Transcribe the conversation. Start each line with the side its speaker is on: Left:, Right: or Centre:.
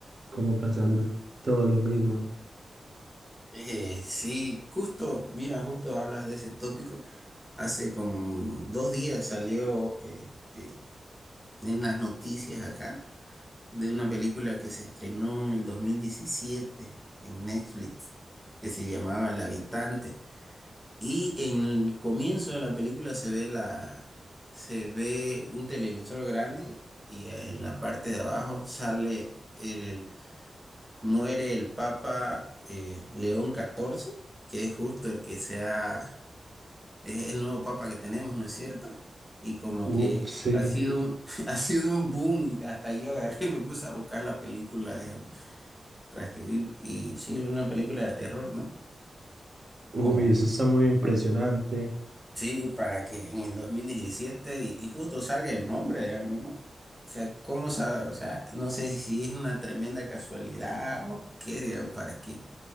Right: como pasando todo lo mismo.
Centre: Eh, sí, justo, mira, justo hablas de ese tópico. Hace como dos días salió este, en las noticias acá de una película que se estrenó en el 2017 en Netflix, que se llamaba El Habitante. Y en el comienzo de la película se ve la, se ve un televisor grande y en la parte de abajo sale el, muere el Papa eh, León catorce que es justo el que sea, es el nuevo Papa que tenemos, ¿no es cierto? Y como que
Right: Uf, sí.
Centre: ha sido Sí. un, <laughs> ha sido un boom y hasta yo agarré y me puse a buscar la película eh, tras que vi, y sí, una película de terror, ¿no?
Right: Uy,
Centre: Como
Right: eso está muy impresionante.
Centre: Sí, para que en el 2017 y, y justo sale el nombre, digamos, ¿no? O sea, ¿cómo sabe? O sea, no sé si es una tremenda casualidad o qué, digamos, para qué.